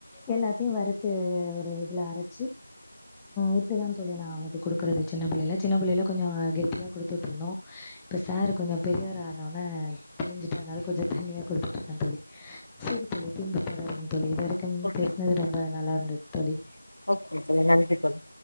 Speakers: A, in the centre; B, on the left (about 50°).
A: எல்லாத்திய வறுத்து ஒரு இதில அரச்சு இப்டி தா தோழி நா அவனுக்கு குடுக்குறது சின்ன பிள்ளேல சின்ன பிள்ளேல கொஞ்சோ கெட்டியாக கொடுத்துட்ருந்தோ இப்போ சார் கொஞ்சோ பெரியவர் ஆனோன்ன தெரிஞ்சுட்டனால கொஞ்சோ தண்ணியா குடுத்துட்டு இருக்கே தோழி சரி தோழி பின்பு தொடருவோ தோழி இது வரைக்கும்
B: ஓகே
A: பேசுனது ரொம்ப நல்லாருந் அடுத்தோழி
B: ஓகே தோழி நன்றி தோழி